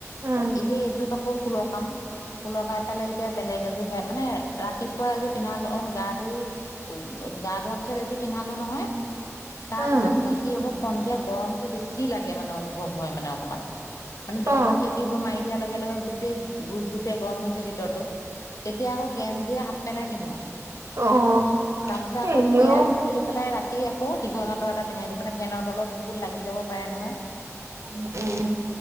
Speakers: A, on the right; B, on the left.
A: উম
B: এতিয়া এইযোৰ কাপোৰ সোলৰ কাম। শুলোকাই পেলাই এতিয়া বেলেগ এযোৰে হেয়া মানে ৰাতিপুৱা এযোৰ পিন্ধালোঁ অ' গা ধুই গা ধোৱাৰ পিছত এইযোৰ পিন্ধালো নহয় তাৰপিছত
A: উম
B: মানে কি হ'ব সন্ধিয়া গৰমটো বেছি লাগে মানে অনুভৱ হয় মানে অকমান, মানে দৰ্জা
A: অ
B: খিৰ এইবোৰ মাৰি দিয়াৰ লগে লগে গোটেই গোপ গোপে গৰম হৈ যায় ভিতৰটো। এতিয়া আকৌ গেঞ্জিয়ে, হাপ পেনে পিন্ধাওঁ।
A: অ'।
B: তাৰপিছত আকৌ
A: এনেও
B: সেয়া খুলি পেলাই ৰাতি আকৌ দীঘল আঁতৰ এটা পিন্ধাই দিওঁ, মানে ফেনৰ তলত বহুত লাগি যাব পাৰে নহয়।
A: <unintelligible>